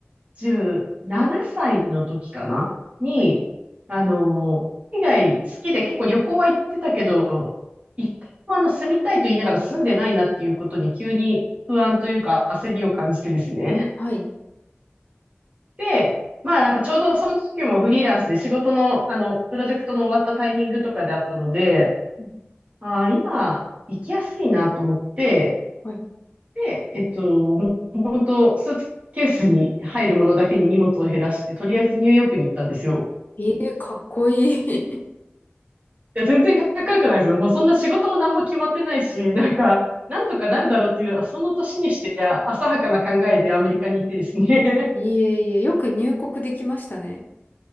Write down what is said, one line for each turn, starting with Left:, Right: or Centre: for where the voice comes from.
Right: 17歳の時かなに、
Left: はい。
Right: あの、海外好きで結構旅行は行ってたけど、一回もあの、住みたいと言いながら住んでないなっていうことに急に不安というか焦りを感じてですね。
Left: はい。
Right: で、まあなんかちょうどその時もフリーランスで仕事のあの、プロジェクトの終わったタイミングとかであったので、
Left: うん
Right: ああ、今、行きやすいなと思って、
Left: はい。
Right: で、えっと、もともとスーツケースに入るものだけに荷物を減らして、とりあえずニューヨークに行ったんですよ。
Left: ええかっこいい。<laughs>
Right: いや、全然かっこよくないですよ。もうそんな仕事も何も決まってないし、なんか、なんとかなるだろうっていう、その年にしてあ浅はかな考えでアメリカに行ってですね。
Left: いえいえ、よく入国できましたね。